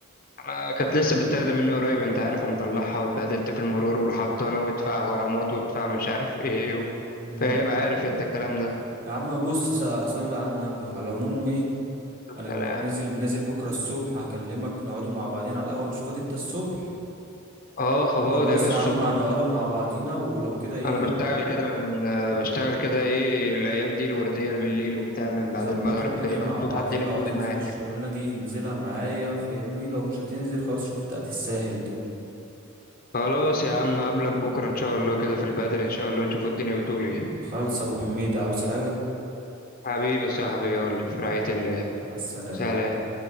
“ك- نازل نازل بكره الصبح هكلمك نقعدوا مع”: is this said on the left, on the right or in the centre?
Right